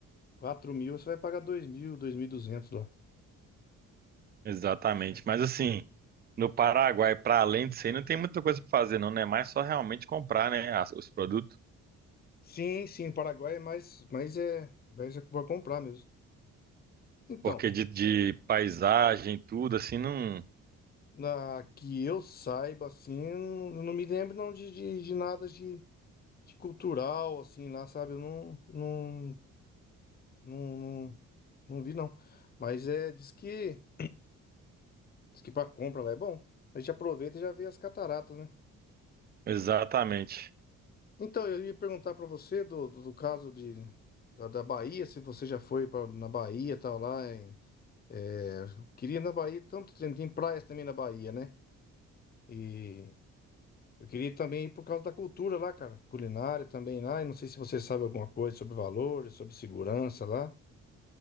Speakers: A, on the left; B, on the right.
A: quatro mil, você vai pagar dois mil, dois mil e duzentos lá.
B: Exatamente. Mas assim, no Paraguai, para além disso aí, não tem muita coisa para fazer, não, né? É mais só realmente comprar, né, as- os produtos.
A: Sim, sim, Paraguai é mais, mais é, mais é para comprar mesmo. Então,
B: Porque de, de paisagem, tudo, assim, não.
A: na, que eu saiba assim, eu não eu não me lembro não de, de, de nada de de cultural, assim, lá, sabe? Eu não, não, não, não, não vi, não. Mas é, diz que, diz que pra compra lá é bom. A gente aproveita e já vê as cataratas, né?
B: Exatamente.
A: Então, eu ia perguntar pra você do, do, do caso de, da, da Bahia, se você já foi pra, na Bahia e tal, lá em, é, eu queria ir na Bahia, tanto tem, tem praias também na Bahia, né? E eu queria também ir por causa da cultura lá, cara, culinária também lá, e não sei se você sabe alguma coisa sobre valores, sobre segurança lá.